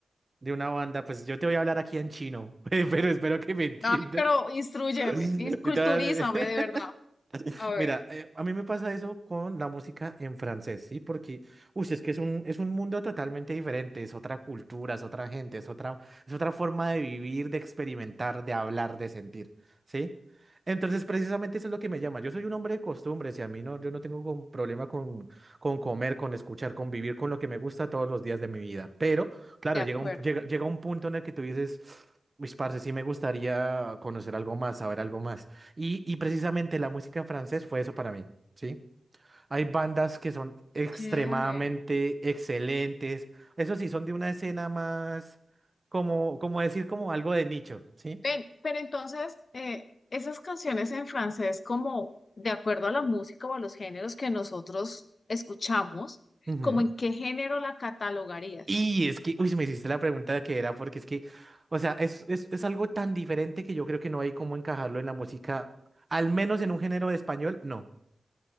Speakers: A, on the right; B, on the left.
A: de una banda, pues yo te voy a hablar aquí en chino, <laughs> pero espero que me entiendas.
B: Ay, pero instrúyeme,
A: <laughs>
B: ins- culturízame
A: Yo te voy a-
B: de verdad.
A: <laughs>
B: A ver,
A: Mira, eh, a mí me pasa eso con la música en francés, ¿sí? Porque, uy, es que es un, es un mundo totalmente diferente, es otra cultura, es otra gente, es otra, es otra forma de vivir, de experimentar, de hablar, de sentir, ¿sí? Entonces, precisamente eso es lo que me llama. Yo soy un hombre de costumbres y a mí no, yo no tengo con- problema con, con comer, con escuchar, con vivir con lo que me gusta todos los días de mi vida. Pero, claro,
B: de acuerdo.
A: llega un, llega, llega un punto en el que tú dices, uy, parce, sí me gustaría conocer algo más, saber algo más. Y, y precisamente la música en francés fue eso para mí, ¿sí? Hay bandas que son extremadamente
B: Chévere.
A: excelentes. Eso sí, son de una escena más, como, como decir, como algo de nicho, ¿sí?
B: Ven, pero entonces, eh, esas canciones en francés, como de acuerdo a la música o a los géneros que nosotros escuchamos,
A: Ujú.
B: ¿como en qué género la catalogarías?
A: Y es que, uy, me hiciste la pregunta que era, porque es que, o sea, es, es, es algo tan diferente que yo creo que no hay cómo encajarlo en la música, al menos en un género de español, no.